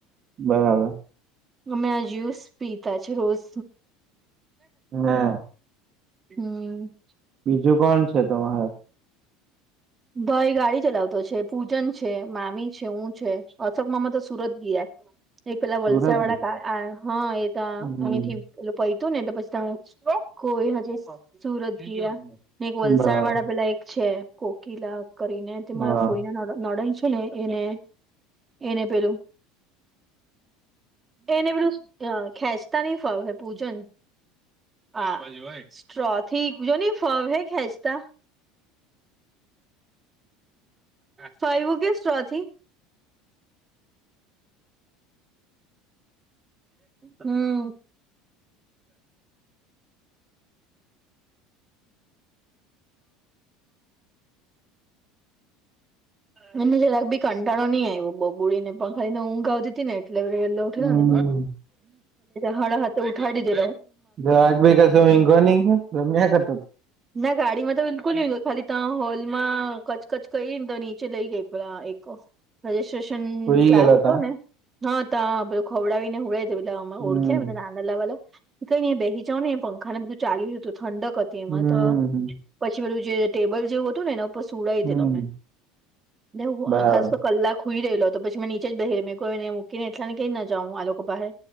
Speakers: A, on the right; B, on the right.
A: બરાબર
B: અમે આ જ્યુસ પીતા છે રોજ
A: હા
B: હમ
A: બીજું કોણ છે તમારે
B: ભાઈ ગાડી ચલાવતો છે. પૂજન છે મામી છે હું છે અશોક મામા તો સુ સુરત ગયા. એ પેલા વલસાડ
A: સુરજ
B: વાળા
A: ભાઈ?
B: હા. એ તા
A: હમ
B: અહીં થી <unintelligible> હતું નેટલે પછી તા <unintelligible> <unintelligible> સુરત ગયા ને એક વલસાડ
A: બરાબર
B: વાળા પેલા એક છે કોકિલા આમ કરીને તે
A: હા
B: મારા ફોઈના ન નડન એલે એને એને પેલું એને પેલું આ ખેંચતા નહીં ફાવે પૂજન. હા સ્ટ્રોરી જો ની ફાવે ખેંચતા. ફાઈવો કે સ્ટ્રોથી. હમ્મ. <inaudible> મને જરાક ભી કંટાળો નઈં આવ્યો બબુળડીને પંખાડીને ઊંઘ આવતી હતી ને. એટલે ઉઠે
A: હમ
B: અને હળ હા ઉઠાડીી દે.
A: <unintelligible>
B: ના ગાડીમાં તો બિલકુલ નહી ગય ખાલી ત હોલમાં કચકચ કરીઈને તો નીચે લઈ ગઈ પ એક રજસ્ટ્રેશન
A: સુઈ
B: ક્લાસ
A: ગયેલા
B: હતો
A: તા
B: ને હા તધ ખવડાવીને હડ વામાં
A: હમ
B: ઓળખે એમને નાના લાવવા લઈને બેહી જાવ ને એ પંખાને બધું ચા્યુંય હત તો ઠંડક એમાં
A: હમ
B: તો પછી પેલું જે ટેબલ જેવું હતું નેને સુડઈ હતી
A: હમ
B: તમે ને હું
A: બરાબર
B: ખાસ તો કલાક હુઈ રહેલો તો પછીં નીચે જ બેહીરઈ મેકુ મૂકીને એટલા કઈ ન જાવં આ લોકો પાસે